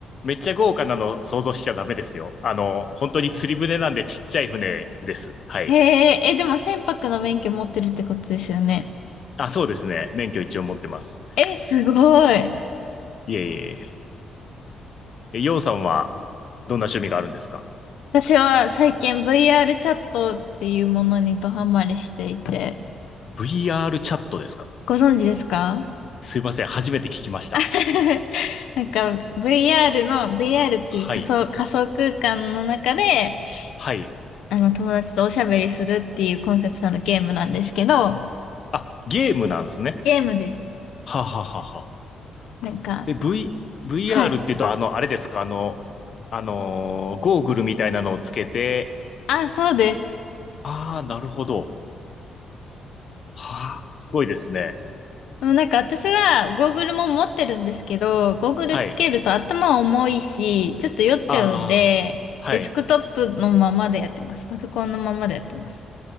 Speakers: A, on the left; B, on the left.
A: めっちゃ豪華なの想像しちゃダメですよ。あのー本当に釣り船なんでちっちゃい船です。はい。
B: へえ、え、でも船舶の免許持ってるってことですよね。
A: あ、そうですね。免許一応持ってます。
B: え、すごい。
A: いえいえいえ。え、ようさんはどんな趣味があるんですか
B: 私は最近 VR チャットっていうものにドハマりしていて、
A: ?VR チャットですか
B: ご存知ですか
A: すいません、初めて聞きました。
B: <laughs> なんか VR の、VR っていう仮想、
A: はい、
B: 仮想空間の中で、
A: はい。
B: あの友達とおしゃべりするっていうコンセプトのゲームなんですけど、
A: あ、ゲームなんですね。
B: ゲームです。
A: はあはあはあはあ。
B: なんか、
A: え、V、VR
B: はい。
A: って言うと、あの、あれですか、あの、あのーゴーグルみたいなのをつけて、
B: あ、そうです。
A: ああ、なるほど。はあ、すごいですね。
B: でもなんか私はゴーグルも持ってるんですけど、ゴーグルつけると頭重いし、
A: はい。
B: ちょっと酔っちゃうんで、
A: ああ、はい。
B: デスクトップのままでやってます。パソコンのままでやってます。